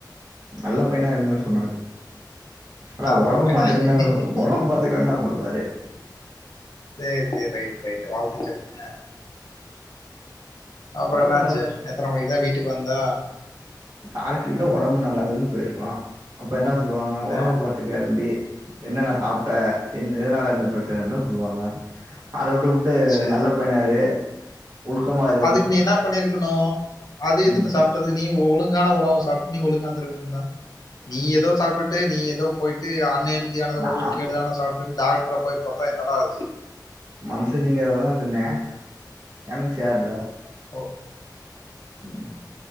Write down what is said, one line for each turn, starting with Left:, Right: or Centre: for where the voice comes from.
Right: நல்ல பையனா இருங்க சொன்னாரு ஆனா
Left: நல்ல
Right: ஒடம்பு
Left: பைய
Right: பாத்துக்கன்
Left: சேரி
Right: தான சொ ஒடம் பாத்துக்கோன்னா சொல்லுவாரு
Left: சேர் சேர் ரைட் ரைட்டு வாழ்த்துக்கள் அ அப்றோ
Right: ஒடம்பு
Left: என்னாச்சி எத்தன மணிக்கு தா வீட்டுக் வந்தே
Right: டாக்ட்ரு கிட்ட ஒடம்பு நல்லா இல்லன் போயிருக்கறோ அப்போ என்னா சொல்லுவாங்க ஒடம்ப
Left: ஆ
Right: பாத்துக்க தம்பி என்னன்ன சாப்ட்டே என் எதனால இந்த பிரச்சனன்னு சொல்லுவாங்க அத உட்டுபுட் டு
Left: சேரி
Right: நல்ல
Left: சேரி
Right: பையனா இரு ஒழுக்கமா இ
Left: அதுக்கு நீ என்னா பண்ணீருக்கணு அது இதுன்னு
Right: ம்
Left: சாப் பட்றது நீ ஒ ஒழுங்கான உணவு சாப்ட்டு நீ ஒழுங்கா இந்துருக்கணுமில்ல நீ எதோ சாப்ட்டுட்டு நீ எதோ போய்ட்டு ஆன் ஹெல்த் தியானது
Right: நா
Left: உடலுக் கேடு ஆனத் சாப்ட்டுட் டாக்ட்ர போய் பாத்தா என்னடா அது
Right: மனுஷ திங்கறத தா தின்னே
Left: ம்
Right: எனக்கு சேர்ல
Left: ஓ
Right: ம்